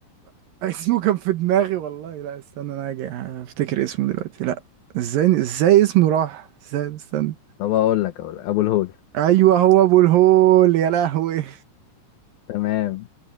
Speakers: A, on the right; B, on the left.
A: <laughs> اسمه كان في دماغي والله لا استنى انا هاجي هفتكر اسمه دلوقتي لا ازاي ازاي اسمه راح ازاي استنى
B: طب اقول لك اقول لك. ابو الهول
A: ايوه هو ابو الهول يا لهوي
B: تمام